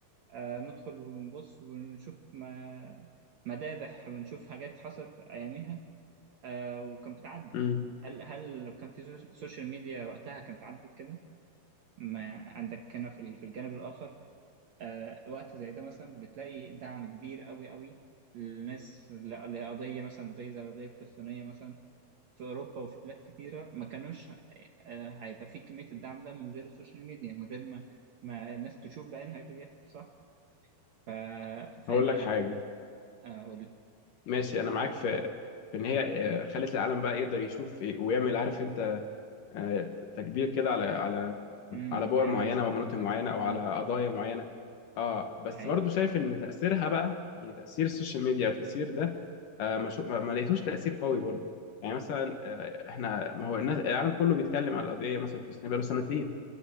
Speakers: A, on the right (about 60°); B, on the left (about 65°).
A: آه ندخل ونبص ونشوف ما... مذابح ونشوف حاجات حصلت أياميها آه وكان بتعدي
B: امم
A: هل هل لو كان في سوش- سوشيال ميديا وقتها كانت عدت كده ما عندك هنا في ال- في الجانب الآخر آه وقت زي ده مثلا بتلاقي دعم كبير قوي قوي للناس ل- لقضية مثلا قضية زي القضية الفلسطينية مثلا في أوروبا وفي بلاد كتيرة ما كانوش آه، هيبقى في كمية الدعم ده من غير السوشيال ميديا من غير ما ما الناس تشوف بعينها إيه اللي بيحصل صح ف... فهنا
B: هقول لك حاجه
A: أقول
B: ماشي انا معاك في في ان هي آه، خلت العالم بقى يقدر يشوف إيه ويعمل عارف انت آه، تكبير كده على على
A: امم
B: على بور
A: هيعدي
B: معينه
A: سنة
B: ومناطق
A: مكبرة
B: معينه او
A: أيوة
B: على قضايا معينه اه بس
A: دي حقيقة
B: برضو شايف ان تاثيرها بقى يعني تاثير السوشيال ميديا وتاثير ده آه ما, شو ما ما لقيتوش تاثير قوي برضو يعني مثلا آه احنا ما هو الناس العالم كله بيتكلم على القضيه مثلا في فلسطين بقى له سنتين